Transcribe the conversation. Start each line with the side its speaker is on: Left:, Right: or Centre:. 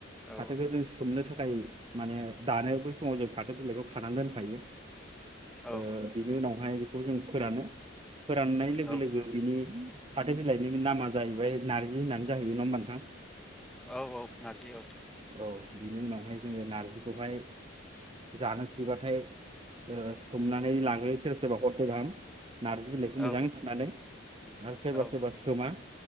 Centre: औ
Right: फाथोखौ जों सोमनो थाखाय खाय माने दानो बै समाव जों फाथो बिलाइखौ खानानै दोनखायो।
Centre: औ
Right: ओ बिनि उनाव बेखौ जों फोरानो फोराननाय लोगो
Centre: औ
Right: लोगो बिनि फाथो बिलाय बेनि नामा जाहैबाय नारजि होननानै जाहयो नङा होनबा नोंथां थां
Centre: औ-औ नारजि औ।
Right: औ बिनि उनावहाय जोङो नारजिखौहाय जानोसैबाथाय ओ सोमनानै लागोन सोरबा सोरबा हरसे गाहाम नार्जि बिलाइखौ
Centre: औ
Right: मोजाङै सुनानै आरो सोरबा
Centre: औ
Right: सोरबा सोमा